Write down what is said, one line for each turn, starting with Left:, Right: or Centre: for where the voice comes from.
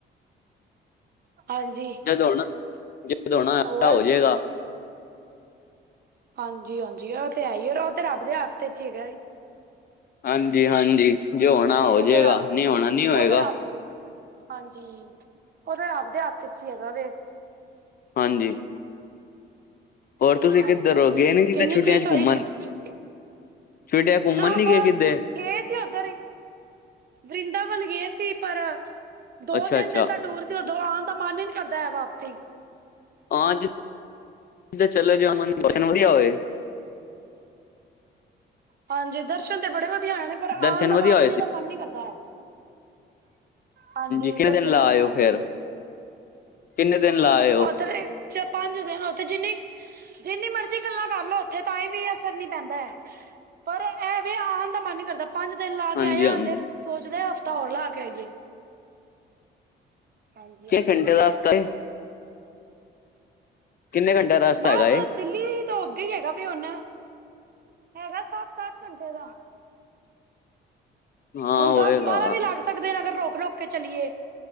Right: ਹਾਂਜੀ
Left: <unintelligible> ਵਿਆਹ
Right: ਹੋਰ
Left: ਹੋ ਜਾਏਗਾ
Right: ਹਾਂਜੀ-ਹਾਂਜੀ ਉਹ ਤੇ ਹੈ ਹੀ ਉਹ ਤੇ ਰੱਬ ਦੇ ਹਾਥ ਇਚ ਹੀ ਹੈਗਾ।
Left: ਹਾਂਜੀ-ਹਾਂਜੀ ਜੇ ਹੋਣਾ ਹੋਜੇਗਾ
Right: ਉਹ ਤੇ ਰੱਬ
Left: ਨੀ ਹੋਣਾ ਨੀ ਹੋਏਗਾ।
Right: ਉਹ ਤੇ ਰੱਬ ਹਾਂਜੀ ਉਹਤੇ ਰੱਬ ਦੇ ਹੱਥ ਚ ਹੀ ਹੈਗਾ ਵੇ।
Left: ਹਾਂਜੀ ਹੋਰ ਤੁਸੀਂ
Right: ਹਾਂਜੀ
Left: ਕਿੱਧਰ ਹੋ ਗਏ ਨੀ ਕਿੱਥੇ
Right: ਕਿੰਨੀ
Left: ਛੁੱਟੀਆਂ
Right: ਫੀਸ
Left: ਚ
Right: ਹੋਈ
Left: ਘੁੰਮਣ।
Right: ਫਿਰ
Left: ਛੁੱਟੀਆਂ ਚ ਘੁੰਮਣ
Right: ਨਾ
Left: ਨਹੀਂ
Right: ਬਸ
Left: ਗਏ ਕਿੱਥੇ।
Right: ਗਏ ਸੀ ਉੱਧਰ ਹੀ ਵਰਿੰਦਾਵਨ ਗਏ ਸੀ ਪਰ ਦੋ
Left: ਅੱਛਾ
Right: ਤਿੰਨ
Left: ਅੱਛਾ
Right: ਦਿਨ ਦਾ ਟੂਰ ਤੇ ਉਧਰੋਂ ਆਉਣ ਦਾ ਮਨ ਹੀ ਨੀ ਕਰਦਾ ਹੈ ਵਾਪਸੀ।
Left: ਹਾਂਜ ਕਿਧਰੇ ਚਲੇ ਜਾਓ ਮਨ <unintelligible>
Right: ਹਾਂਜੀ ਦਰਸ਼ਨ ਤੇ ਬੜੇ ਵਧੀਆ ਹੋਏ ਨੇ ਪਰ
Left: ਦਰਸ਼ਨ
Right: ਆਉਣ ਦਾ
Left: ਵਧੀਆ
Right: ਵਾਪਸੀ
Left: ਹੋਏ ਸੀ
Right: ਦਾ ਮਨ ਨੀ ਕਰਦਾ ਹੈ। ਹਾਂਜੀ
Left: ਕਿੰਨੇ
Right: ਦਰਸ਼ਨ
Left: ਦਿਨ ਲਾ
Right: ਵਧੀਆ
Left: ਆਏ ਹੋ ਫੇਰ
Right: ਹੋਏ ਸੀ
Left: ਕਿੰਨੇ ਦਿਨ ਲਾ ਆਏ ਹੋ
Right: ਓਥੇ ਤੇ ਚ ਪੰਜ ਦਿਨ ਉਥੇ ਜਿੰਨੀੇ ਜਿੰਨੀ ਮਰਜ਼ੀ ਗੱਲਾਂ ਕਰਲੋ ਉੱਥੇ ਤਾਂ ਹੀ ਵੀ ਅਸਰ ਨੀ ਪੈਂਦਾ ਹੈ। ਪਰ ਇਹ ਵੀ ਆਉਣ ਦਾ ਮਨ ਨੀ ਕਰਦਾ। ਪੰਜ ਦਿਨ ਲਾ
Left: ਹਾਂਜੀ
Right: ਕੇ ਆਏਆ
Left: ਹਾਂਜੀ
Right: ਹਲੇ ਸੋਚਦੇ ਆ ਹਫ਼ਤਾ ਹੋਰ ਲਾ ਕੇ ਆਈਏ। ਹਾਂਜੀ-ਹਾਂਜੀ
Left: ਕਿੰਨੇ ਘੰਟੇ ਦਾ ਰਸਤਾ ਏ ਕਿੰਨੇ ਘੰਟੇ ਦਾ ਰਸਤਾ
Right: ਬਸ
Left: ਹੈਗਾ ਏ
Right: ਦਿੱਲੀ ਤੋਂ ਅੱਗੇ ਹੀ ਹੈਗਾ ਵੇ ਹੁਣ ਹੈਗਾ ਸੱਤ-ਅੱਠ ਘੰਟੇ ਦਾ।
Left: ਹਾਂ
Right: ਹੁਣ
Left: ਹੋਏਗਾ
Right: ਦਸ ਬਾਰਾਂ ਵੀ ਲੱਗ ਸਕਦੇ ਨੇ ਅਗਰ ਰੋਕ-ਰੋਕ ਕੇ ਚਲੀਏ